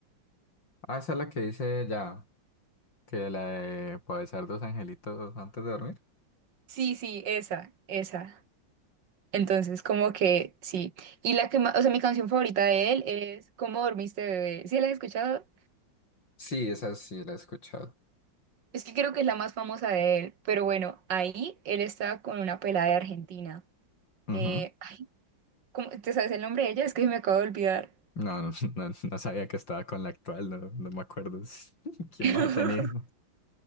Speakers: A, on the left; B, on the right.
A: Ah, esa es la que dice ya, que la de pa' besar dos angelitos antes de dormir.
B: Sí, sí, esa, esa. Entonces, como que sí. Y la que más, o sea, mi canción favorita de él es ¿Cómo dormiste, bebé? ¿Sí la has escuchado?
A: Sí, esa sí la he escuchado.
B: Es que creo que es la más famosa de él. Pero bueno, ahí él está con una pelada de Argentina.
A: Ujú.
B: Eh, ay, ¿cómo- ¿te sabes el nombre de ella? Es que me acabo de olvidar.
A: No, no, <laughs> no, no sabía que estaba con la actual, no, no me acuerdo <laughs> quién
B: <laughs>
A: más ha tenido.